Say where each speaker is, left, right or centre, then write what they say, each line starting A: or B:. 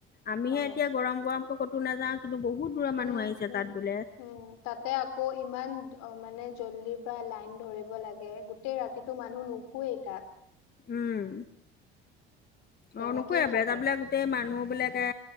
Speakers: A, on the left; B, on the left.
A: আমিহে
B: হয়
A: এতিয়া গৰম-গৰমকৈ ক'তো নাযাওঁ। কিন্তু বহুত দূৰৰ মানুহ
B: উম,
A: আহিছে
B: উম,
A: তাত বোলে।
B: উম, তাতে আকৌ ইমান আ মানে জল্দিৰ পৰা লাইন ধৰিব লাগে, গোটেই ৰাতিটো মানুহ নুশুইয়ে তাত।
A: উম।
B: তেনেকেই
A: অ নুশুৱে <unintelligible>
B: থাকে।
A: বোলে গোটেই মানুহ বোলোকে,